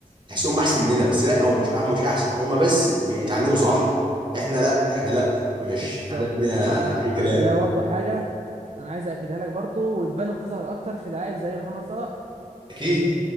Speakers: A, on the right; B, on the right.
A: تحسهم احسن مننا بس لا هم مش هم مش احسن هم بس بيتعلموا صح احنا لا احنا لا مش
B: بالظبط
A: عندنا
B: ما انا
A: اي كلام
B: ع- ده برضه حاجه انا عايز اكدها لك برضه وتبان وتظهر اكتر في لعيب زي محمد صلاح
A: اكيد